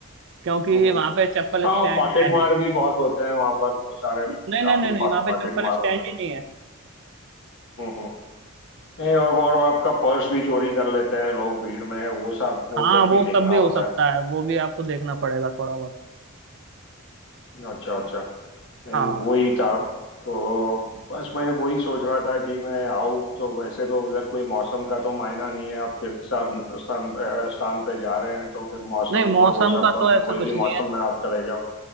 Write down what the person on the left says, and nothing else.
हम्म। हम्म।
हाँ
पॉकेट
मार
भी बहुत होते हैं वहां पर सारे
काफी
पॉकेट
मार
होते हैं
हम्म हम्म नहीं और और आपका पर्स भी चोरी कर लेते हैं लोग भीड़ में वो सब वो
सब
भी देखना
होता
है
अच्छा अच्छा ए,
वही था तो बस मैं वही सोच रहा था कि मैं आऊँ तो वैसे तो उधर कोई मौसम का तो मायना नहीं है आप तीर्थ स्थान स्थान पे स्थान पे जा रहे हैं तो फिर मौसम
और वो सब
तो
नहीं
कोई भी
मौसम
में आप चले जाओ